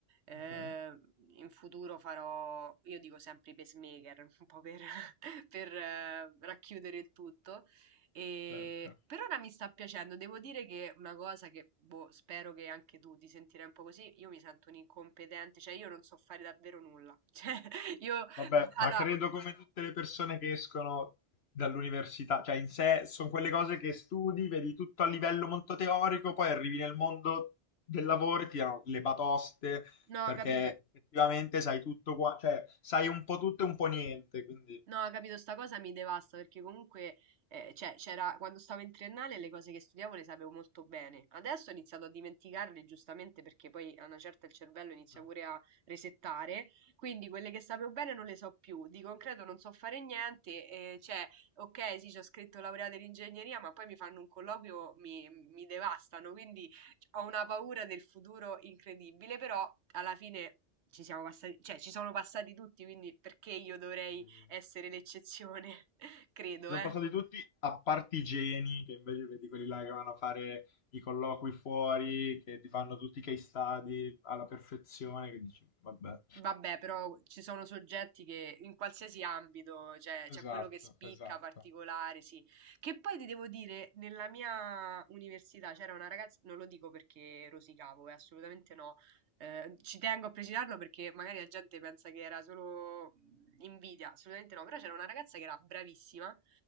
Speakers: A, on the right (about 70°); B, on the left (about 60°).
A: Ehm,
B: Ok,
A: in futuro farò, io dico sempre i pacemaker, <laughs> un po' per, <laughs> per, eh, racchiudere il tutto. E
B: certo.
A: per ora mi sta piacendo, devo dire che una cosa che boh, spero che anche tu ti sentirai un po' così, io mi sento un incompetente, cioè io non so fare davvero nulla. <laughs> Cioè, io
B: Vabbè,
A: mhmm,
B: ma
A: allora
B: credo come tutte le persone che escono dall'università, cioè in sé sono quelle cose che studi, vedi tutto a livello molto teorico, poi arrivi nel mondo del lavoro e ti danno le batoste,
A: No,
B: perché
A: capito.
B: effettivamente sai tutto qua, cioè sai un po' tutto e un po' niente, quindi
A: No, capito, sta cosa mi devasta perché comunque, eh, cioè, c'era, quando stavo in triennale le cose che studiavo le sapevo molto bene. Adesso ho iniziato a dimenticarle giustamente perché poi a una certa il cervello inizia
B: no.
A: pure a resettare, quindi quelle che sapevo bene non le so più. Di concreto non so fare niente, eh, cioè, ok, sì, ci ho scritto laureata in ingegneria, ma poi mi fanno un colloquio, mi, mi devastano, quindi cioè, ho una paura del futuro incredibile, però alla fine... Ci siamo passati, cioè ci sono passati tutti, quindi perché io dovrei
B: Mm.
A: essere l'eccezione, <laughs> credo,
B: Ci sono
A: eh.
B: passati tutti a parte i geni, che invece vedi quelli là che vanno a fare i colloqui fuori, che ti fanno tutti i case study alla perfezione, che dici, vabbè.
A: Vabbè, però ci sono soggetti che in qualsiasi ambito, cioè c'è
B: Esatto,
A: quello che spicca
B: esatto.
A: particolare, sì. Che poi ti devo dire, nella mia università c'era una ragazza, non lo dico perché rosicavo, eh, assolutamente no. eh, ci tengo a precisarlo perché magari la gente pensa che era solo mhmm, invidia, assolutamente no, però c'era una ragazza che era bravissima.